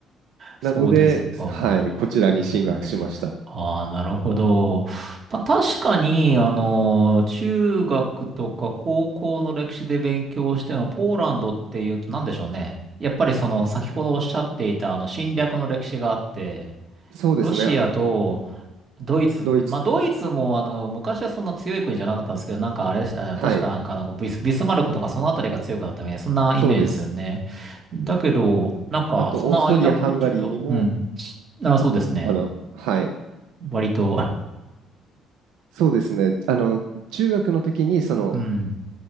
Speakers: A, on the right; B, on the right.
A: そうですか。
B: なので、はい、こちらに進学しました。
A: そうですね。ああ、なるほど。まあ、確かに、あの、中学とか高校の歴史で勉強しても、ポーランドっていうと何でしょうね。やっぱりその、先ほどおっしゃっていた、あの、侵略の歴史があって、
B: そうですね、
A: ロシアと、ドイツ、
B: ドイツと、
A: まあ、ドイツも、あの、昔はそんな強い国じゃなかったんですけど、なんかあれ、あ確かなんか、
B: はい、
A: なんかビス、ビスマルクとかそのあたりが強くなったみたいな、そんなイメージですよね。
B: そうです。
A: だけど、なんか、
B: あと、
A: その間っこっちゅうと、
B: オーストリア、ハンガリーにも、
A: うん。あ、そうですね。
B: あの、はい、
A: 割と、
B: そうですね、あの、中学の時に、その、
A: うん。